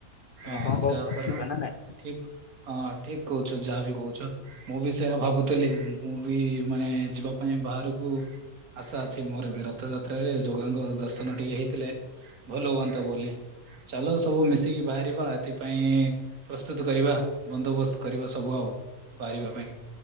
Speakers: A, on the left; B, on the right.
A: ତମେ
B: ହଁ
A: କଣ କହୁଛ
B: ସେୟା ପରା
A: ଯିବା ନା ନାଇଁ
B: ଠିକ୍ ହଁ ଠିକ୍। କହୁଛ ଯାହା ବି କହୁଛ ମୁଁ ବି ସେୟା ଭାବୁଥିଲି ମୁଁ ବି। ମାନେ ଯିବା ପାଇଁ ବାହାରକୁ ଆଶା ଅଛି ମୋର ବି ର ରଥଯାତ୍ରାରେ ଯୋଗାଙ୍କ ଦର୍ଶନ ଟିକେ ହେଇଥିଲେ। ଭଲ ହୁଅନ୍ତା ବୋଲି ଚାଲ ସବୁ ମିଶିକି ବାହା। ବା ଏଥିପାଇଁ ପ୍ରସ୍ତୁତ କରିବା ବନ୍ଦୋବସ୍ତ କରିବା ସବୁ ଆଉ ବାହାରିବା ପାଇଁ।